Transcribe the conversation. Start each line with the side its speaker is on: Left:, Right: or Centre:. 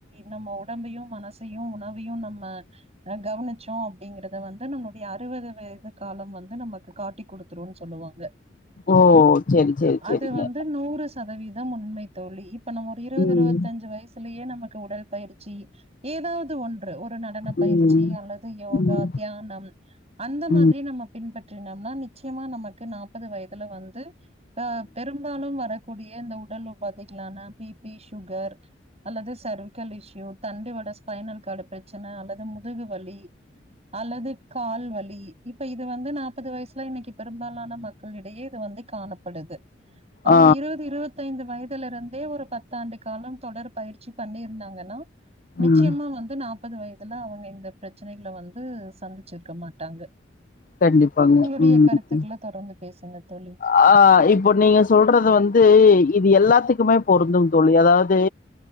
Right: நம்ம உடம்பையு மனசையு உணவையு நம்ம கவனிச்சோ அப்படிங்கறத வந்து நம்மளுடைய அறுபது வயது காலம் வந்து நமக்கு காட்டி கொடுத்துருன் சொல்லுவாங்க
Left: ஓ சேரி சேரி சேரிங்க
Right: அது வந்து நூறு சதவீத உண்மை தோழி இப்ப நம்ம ஒரு இருபது
Left: ம்
Right: இருபத்தஞ்சு வயசு யே நமக்கு உடல் பயிற்சி ஏதாவது ஒன்று ஒரு நாள் நடன பயிற்சி
Left: ம்
Right: அல்லது யோகா
Left: ம்
Right: தியானம் அந்த மாதிரி
Left: ம்
Right: நம்ம பின்பற்றினம்னா நிச்சயமா நமக்கு நாப்பது வயதுல வந்து அ பெரும்பாலு வரக்கூடிய இந்த உடல் உபாதைகாளான பிபி சுகர் அல்லது சர்வக்கல் இஷ்யூ தண்டுவட ஸ்பைனல் கார்டு பிரச்சன அல்லது முதுகு வலி அல்லது கால் வலி இப்ப இது வந்து நாப்பது வயசுல இன்னிக்கு பெரும்பாலான மக்களிடையே இது வந்து காணப்படுது அவங்க
Left: ஆ
Right: இருபது இருபத்தை ஐந்து வயதுல இருந்தே ஒரு பத்தாண்டு காலம் தொடர்பு பயிற்சி பண்ணியிருந்தாங்கன்னா நிச்சயமா
Left: ம்
Right: வந்து நாற்பது வயதுல அவங்க இந்த பிரச்சனகள வந்து சந்திச்சிருக்க மாட்டாங்க
Left: கண்டிப்பாங்க
Right: உங்களுடைய
Left: ம்
Right: கருத்துக்கள தொடர்ந்து பேசுங்க தோழி
Left: ஆ இப்போ நீங்க சொல்றது வந்து இது எல்லாத்துக்குமே பொருந்து தோழி அதாவது